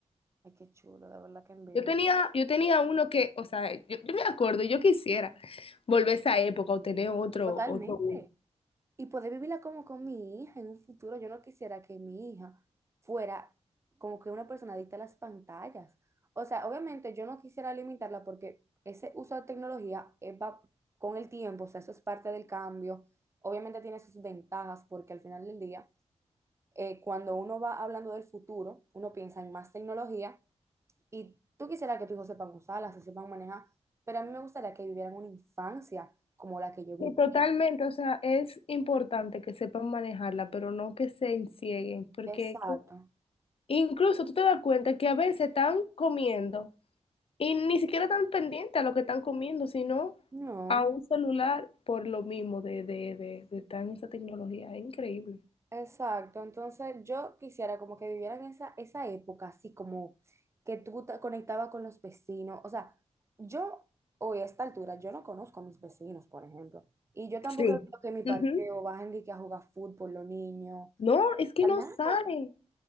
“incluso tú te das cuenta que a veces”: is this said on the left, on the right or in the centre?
Left